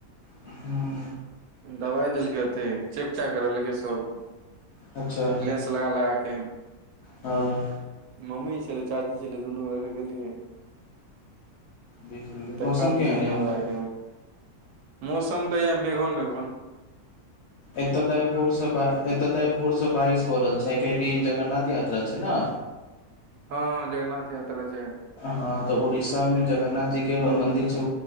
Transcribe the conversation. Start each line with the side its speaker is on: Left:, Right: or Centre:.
Left: हँ
Right: दबाइ देलकै ओथे चेक चाक रहलकै सब
Left: अच्छा
Right: लगा लगाके
Left: ह
Right: मम्मी छलै चाची छलै दुनू गके गेलियै
Left: बीस गेलै।
Right: देखा
Left: मौसम केहन
Right: देलियै
Left: अइ
Right: दुनू
Left: ओतऽ
Right: गोरेकके मौसम तऽ इएह मेघन मेघन
Left: एतय तऽ भोरसँ एतय तऽ भोर से बारिश भ रहल छै किआकि जगन्नाथ यात्रा छै ने
Right: हँ हँ जगन्नाथ यात्रा छै
Left: ह तऽ उड़ीसा मे जगन्नाथ जी के मंदिर छै